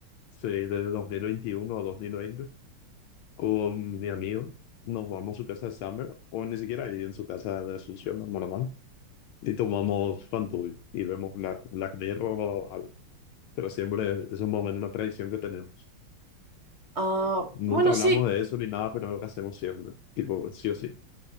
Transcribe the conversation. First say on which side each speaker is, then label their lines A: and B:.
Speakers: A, on the left; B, on the right.
A: Sí, de 2021 a 2020. Con mi amigo. Nos vamos a su casa de Summer. O ni siquiera ahí en su casa de Asunción, normal. y tomamos Fanduel y vemos Black, Black Mirror, al- pero siempre es un momento, una tradición que tenemos.
B: Ah,
A: Nunca
B: bueno,
A: hablamos
B: sí.
A: de eso ni nada, pero es lo que hacemos siempre, tipo, sí o sí.